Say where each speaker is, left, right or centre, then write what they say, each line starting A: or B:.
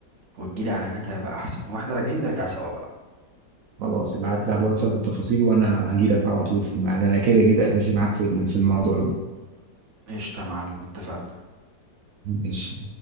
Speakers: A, on the right (about 50°); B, on the right (about 70°).
A: وتجيلي على هناك هيبقى احسن واحنا راجعين نرجع سوا بقى
B: خلاص ابعت لي على الواتساب التفاصيل وانا هجي لك على طول في الميعاد انا كده كده اساسي معاك في في الموضوع ده
A: قشطة يا معلم اتفقنا
B: ماشي